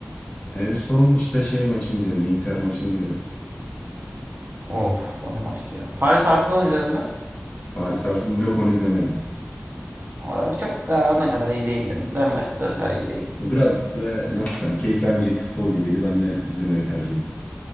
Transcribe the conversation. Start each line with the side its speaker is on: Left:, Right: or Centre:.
Left: En son işte şey maçını izledim. Inter maçını izledim.
Right: Of o ne maçtı ya. Paris Arsenal izledin mi?
Left: Paris Arzum yok onu izlemedim.
Right: Aa, Çok da ne kadar iyi değildi. Güzel maçtı o kadar iyi değil.
Left: Bu biraz böyle nasıl desem keyif vermeyecek bir futbol gibiydi. Ben de izlemeyi tercih ettim.